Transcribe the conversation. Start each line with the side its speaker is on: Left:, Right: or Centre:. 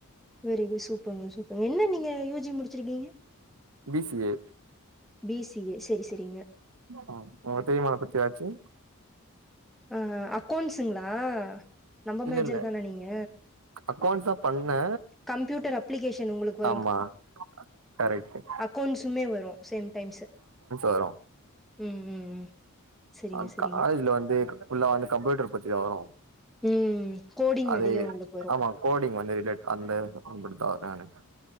Centre: வெரி குட் சூப்பருங்க சூப்பருங்க என்ன நீங்க யூ ஜி முடிச்சிருக்கிங்க
Right: B C A
Centre: B C A செரி செரிங்க
Right: ஆ உங்க தெரிமா அத பத்தி ஏதாச்சு
Centre: ஆ அக்கௌண்ட்ஸிங்ளா நம்ப
Right: இல்ல
Centre: மேஜர்
Right: இல்ல
Centre: தான நீங்க
Right: அக்கௌண்ட்ஸ் தா பண்ண
Centre: கம்ப்யூட்டர் அப்ளிகேஷன் உங்களுக்கு
Right: ஆமா கரெட்டு
Centre: கோண்ட்ஸ்சுமே வரு சேம் டைம்சு
Right: வரு
Centre: ம் ம் ம் செரிங்க
Right: ஆ
Centre: செரிங்க
Right: காலேஜ்ல வந்து ஃபுல்லாவே கம்ப்யூட்டர் பத்தி தா வரு
Centre: ம் கோடிங்
Right: அது
Centre: அதிக உங்களுக்கு வரு
Right: ஆமா கோடிங் வந்து ரிலேட் அந்த அப்டி தா வரு எனக்